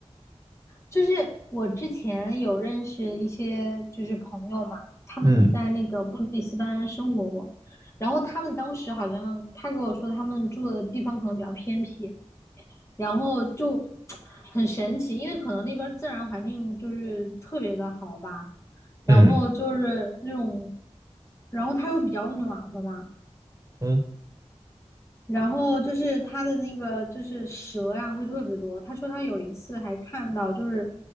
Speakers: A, on the left; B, on the right.
A: 就是我之前有认识一些就是朋友嘛，他们在那个布里斯班生活过，
B: 嗯
A: 然后他们当时好像他给我说他们住的地方可能比较偏僻，然后就 <tsk> 很神奇，因为可能那边自然环境就是特别的好吧，然后就是那种，
B: 嗯
A: 然后它又比较暖和嘛，
B: 嗯
A: 然后就是他的那个就是蛇呀，会特别多。他说他有一次还看到就是